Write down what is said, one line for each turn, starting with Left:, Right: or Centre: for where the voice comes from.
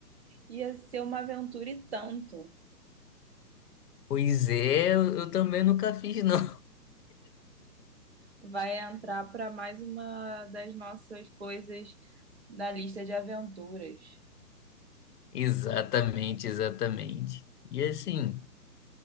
Right: Ia ser uma aventura e tanto.
Left: Pois é, eu eu também nunca fiz, não.
Right: vai entrar para mais uma das nossas coisas da lista de aventuras.
Left: <laughs> Exatamente, exatamente. E assim,